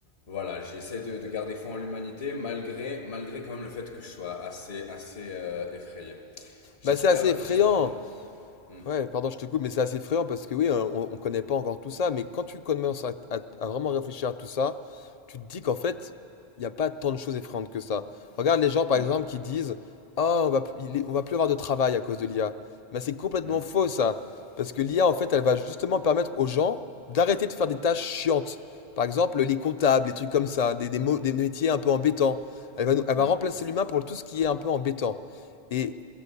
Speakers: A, on the left; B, on the left.
A: voilà, j'essaie de, de garder foi en l'humanité malgré, malgré quand même le fait que je sois assez, assez euh, effrayé. J'espère,
B: Bah c'est assez effrayant.
A: j'espère pour nous. Mm,
B: Ouais, pardon, je te coupe, mais c'est assez effrayant parce que oui, hein, on, on connaît pas encore tout ça, mais quand tu commences à, à- à vraiment réfléchir à tout ça, tu te dis qu'en fait, il n'y a pas tant de choses effrayantes que ça. Regarde les gens, par
A: mm,
B: exemple, qui disent, Ah, on va, plus- il est- on va plus avoir de travail à cause de l'IA. Mais c'est complètement
A: mm,
B: faux, ça. Parce que l'IA, en fait, elle va justement permettre aux gens d'arrêter de faire des tâches chiantes. Par exemple, les comptables, les trucs comme ça, des, des, mo- des métiers un peu embêtants. Elle va, nous- elle
A: mm.
B: va remplacer l'humain pour tout ce qui est un peu embêtant. Et